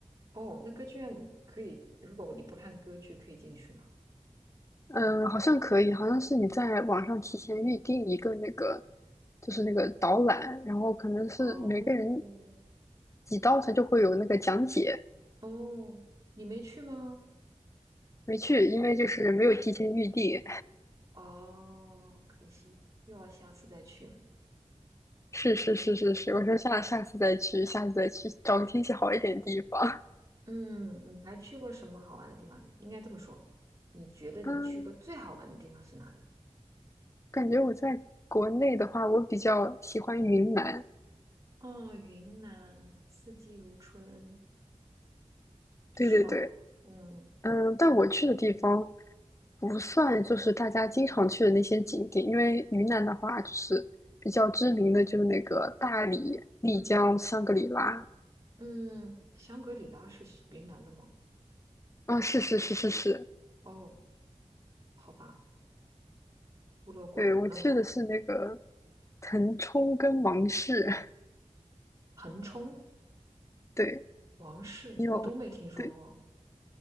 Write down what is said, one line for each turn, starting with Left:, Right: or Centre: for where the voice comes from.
Right: 哦，那歌剧院可以，如果你不看歌剧，可以进去吗？
Left: 嗯，好像可以，好像是你在网上提前预定一个那个，就是那个导览，然后可能是每个人
Right: 哦
Left: 几刀他就会有那个讲解。
Right: 哦，你没去吗？
Left: 没去，因为就是没有提前预定。
Right: 哦，可惜，又要下次再去了。
Left: <laughs> 是是是是是，我说下下次再去，下次再去找个天气好一点的地方。
Right: 嗯，你还去过什么好玩的地方？应该这么说，你觉得你去过最好玩的地方是哪里？
Left: 嗯，感觉我在国内的话，我比较喜欢云南。
Right: 哦，云南，四季如春，
Left: 对对对，
Right: 是吗？嗯
Left: 嗯，但我去的地方不算就是大家经常去的那些景点，因为云南的话，就是比较知名的就是那个大理、丽江、
Right: 嗯，
Left: 香格里拉。
Right: 嗯，香格里拉是西云南的吗？
Left: 啊、是是是是是，
Right: 哦，好吧，孤陋寡闻了我。
Left: 对，我去的是那个腾冲跟芒市，
Right: 腾冲、
Left: <laughs> 对，
Right: 王氏，
Left: 你有，
Right: 我都没听说过，
Left: 对，